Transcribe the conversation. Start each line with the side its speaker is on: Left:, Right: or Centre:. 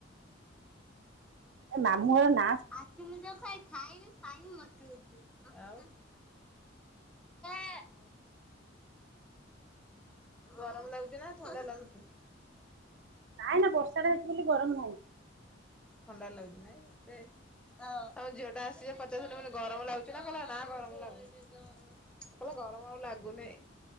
Right: ଏ ମାମୁଘର ନା
Centre: ଆଖ ମୁଜ କାଇଁ ଖାଇନୁ। ଖାଇନୁ <unintelligible> ଆଉ <unintelligible> ଗରମ ଲାଗୁଛି ନା ଥଣ୍ଡା ଲାଗୁଛି?
Right: ନାହିଁ ନା ବର୍ଷା ଟା ହେଇଛି ବୋଲି ଗରମ ହଉନି।
Centre: ଥଣ୍ଡା ଲାଗୁଛି ନାଇଁ ସେ ହଁ ଆମ ଝିଅଟା ଆସିଛି ଯେ ପଚାରୁ ଥିଲି ମୁଁ କହିଲି ଗରମ ଲାଗୁଛି ନା ଥଣ୍ଡା ନା ଗରମ ଲାଗୁନି। ଉ ଗରମ ଆଉ ଲାଗୁନି।